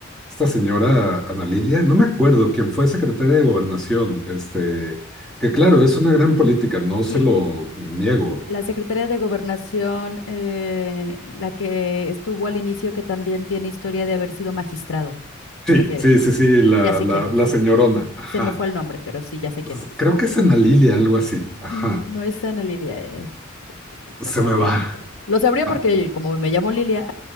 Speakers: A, in the centre; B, on the left.
A: esta señora Ana Lilia, no me acuerdo quién fue secretaria de Gobernación, este, que claro, es una gran política, no se
B: Sí,
A: lo niego.
B: la Secretaría de Gobernación, eh, la que estuvo al inicio, que también tiene historia de haber sido magistrado, ¿te
A: Sí,
B: refieres?
A: sí, sí, sí, la,
B: Ya sé
A: la,
B: quién es.
A: la señorona, ajá.
B: Se me fue el nombre, pero sí, ya sé quién
A: S-
B: es.
A: Creo que es Ana Lilia, algo así, ajá.
B: Mm, No es Ana Lilia, es-
A: Se
B: lo sabría,
A: me va.
B: lo sabría. Lo sabría
A: Ah,
B: porque como me llamo Lilia,